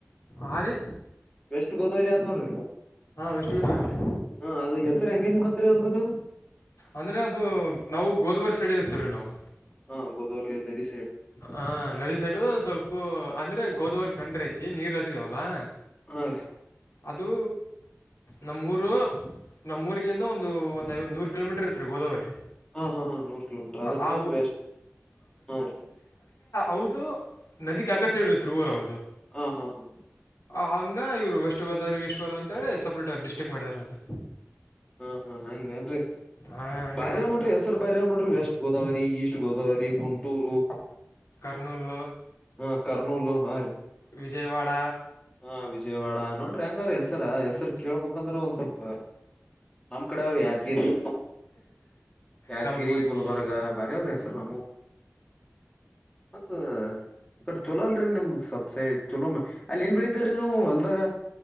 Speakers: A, on the left; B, on the left.
A: ಹರೀ
B: ಬೆಸ್ಟ್ ಗೋದಾವರಿ ಆದ್ ನೋಡ್ರಿ
A: ವೆಸ್ಟ್ ಗೋದಾವರಿ ರೀ
B: ಹ ಅದ ಹೆಸರು ಹಂಗಂಗ ಬಂತ್ರಿ ಅದೃದು
A: ಅಂದ್ರೆ ಅದು ನಾವು ಗೋದವರಿ ಸೈಡ್ ಇರ್ತವ್ರೀ ನಾವು
B: ಹಾ ಗೋದವರಿ ನದೀ
A: ಹ ನದಿ ಸೈಡು ಸ್ವಲ್ಪ ಅಂದ್ರೆ ಗೋದಾವರಿ ಸಂಡ್ರ ಐತಿ ನೀರ್ ಹತ್ತಿದಾವಲ್ಲಾ
B: ಹರೀ
A: ಅದು ನಮ್ಮೂರು ನಮ್ಮೂಊರಿಲಿಂದ ಒಂದು ಒಂದು ಐವತ್ತು ನೂರು ಕಿಲೋಮೀಟರ್ ಇರ್ತ್ತೀ ಗೋದಾವರಿ
B: ಹಾ ಹಾ ಹಾ ನೂರು ಕಿಲೋಮೀಟರ್ ಅದರ್
A: ಆ
B: ವಸ್ಟ್ ಹಾ ರೀ
A: ಅವ್ರ್ದು ನದಿ ಕಾಕಡ್ಸ ಇತ್ ಊರ ಅವ್ರ್ದು
B: ಹಾ ಹಾ ಹಾ
A: ಹಂಗ ಇವ್ರು ವೆಸ್ಟ್ ಗೋದವ್ರು ಈಸ್ಟ್ ಗೋದ್ ಅಂತೇಳಿ ಸಪ್ರೇಟ್ ಡಿಸ್ಟ್ರಿಕ್ಟ್ ಮಾಡ್ಯಾರ ಅದು
B: ಹಾ ಹಾ ಹಂಗನ್ರಿ
A: ಆ, ಹಂಗ
B: ಬಾರ್ಯವ್ ನೋಡ್ರಿ ಹೆಸರ್ ಬ್ಯ ಅವ್ ನೋಡ್ರಿ ವೆಸ್ಟ್ ಗೋದಾವರಿ ಈಸ್ಟ್ ಗೋದಾವರಿ ಗುಂಟೂರು
A: ಕರ್ನೂಲು
B: ಹ ಕರ್ನೂಲ್ಲು ಹಾ ರೀ
A: ವಿಜಯವಾಡ
B: ಹಾ ವಿಜಯವಾಡ ನೋಡ್ರಿ ಹೆಂಗ ಅವ್ರ ಹೆಸರ ಹೆಸರು
A: ಹ್ಮ್,
B: ಕೇಳ್ಬೇಕಂದ್ರೆ ಒಂದ್ ಸ್ವಲ್ಪ ನಮ್ ಕಡೆ ಅವ್ರು ಯದ್ಗಿರಿ ಯಾದಗಿರಿ
A: ಕಲಬುರ್ಗಿ
B: ಗುಲ್ಬರ್ಗ ಬರ ಅವ್ರ ಹೆಸ್ರ ನಮ್ಮ ಮತ್ತ ಅ ಕಡೆ ಚೊಲೋ ಅಲ್ರರಿ ನಿಮ್ದ ಸ್ಪ ಚಲೋ ಅಲ್ಲಿ ಏನ್ ಬೆಳಿತರರಿ ನೀವು ಹೊಲ್ದಾಗ